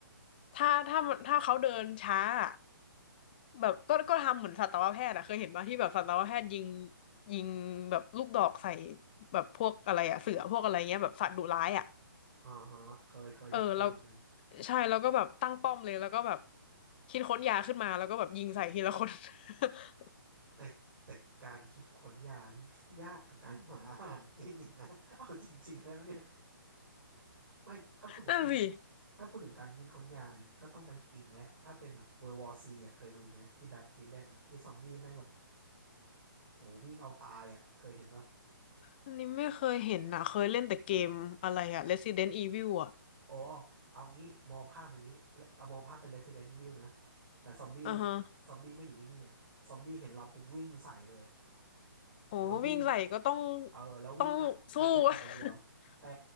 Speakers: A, on the left (about 25°); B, on the right (about 70°).
A: ถ้าถ้ามันถ้าเขาเดินช้าอะแบบก็ก็ทำเหมือนสัตวแพทย์อะเคยเห็นป่ะที่แบบสัตวแพทย์ยิงยิงแบบลูกดอกใส่แบบพวกอะไรอะเสือพวกอะไรเงี้ยแบบสัตว์ดุร้ายอะ
B: อ่าฮะเคยเคยเห็นเคยเห็นอยู่
A: เออเราใช่แล้วก็แบบตั้งป้อมเลยแล้วก็แบบคิดค้นยาขึ้นมาแล้วก็แบบยิงใส่ทีละคน <laughs>
B: แต่แต่การคิดค้นยานี่ <laughs> ยากกับการหาอาหารกินอีกนะเอาจริงๆแล้วเนี่ย ไม่ถ้าพูดถึงการ
A: นั่นสิ
B: ถ้าพูดถึงการกินค้นยาเนี่ยก็ต้องไปอิงและถ้าเป็นแบบเวอร์วอร์ซีอ่ะเคยดูไหมที่แบทพีทเล่นอ่ะที่ซอมบี้แม่งแบบโอ้วิ่งเอาตายอ่ะเคยเห็นปะ
A: อันนี้ไม่เคยเห็นนะเคยเล่นแต่เกมอะไรอะ Resident Evil อะ
B: อ๋อเอางี้มองภาพอย่างนี้และเอามองภาพเป็น Resident Evil นะแต่ซอมบี้
A: อ่าฮะ
B: ซอมบี้ไม่อยู่นิ่งๆอ่ะซอมบี้เห็นเราปุ๊บวิ่งใส่เลยอ่ะ
A: โอ้วิ่งใส่ก็ต้อง
B: แล้ววิ่งเออแล้ววิ่งกะกะจะกัดอย่างเดียวแต่
A: ต้องสู้ <laughs>